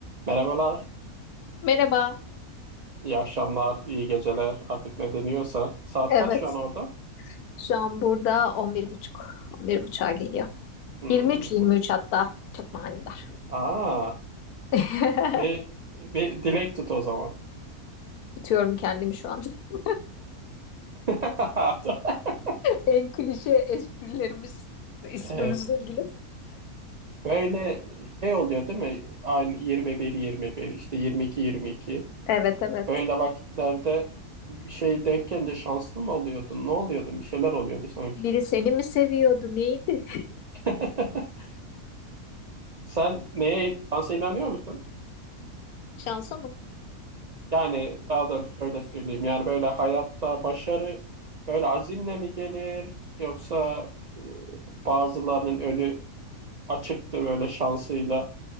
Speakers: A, on the right; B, on the left.
A: Merhabalar,
B: Merhaba.
A: iyi akşamlar, iyi geceler artık ne deniyorsa. Saat
B: Evet.
A: kaç şu an orada?
B: Şu an burada on on bir buçuk, on bir 11.30'a geliyor.
A: Hmm,
B: Yirmi üç, yirmi
A: bu.
B: üç hatta. Çok manidar.
A: Aa,
B: <laughs>
A: bir, bir dilek tut o zaman.
B: Tutuyorum kendimi şu an. <laughs>
A: <laughs>
B: En klişe esprilerimiz ismimizle
A: Evet,
B: ilgili.
A: böyle şey oluyor değil mi? Aynı 21-21 işte 22-22.
B: Evet evet.
A: Böyle vakitlerde bir şey denk gelince şanslı mı oluyordun? Ne oluyordun? Bir şeyler oluyordu sanki.
B: Biri seni mi seviyordu? Neydi?
A: <laughs> Sen neye şansa inanıyor musun?
B: <laughs> Şansa mı?
A: Yani daha doğrusu şöyle söyleyeyim. Yani böyle hayatta başarı böyle azimle mi gelir yoksa e, bazılarının önü açıktır böyle şansıyla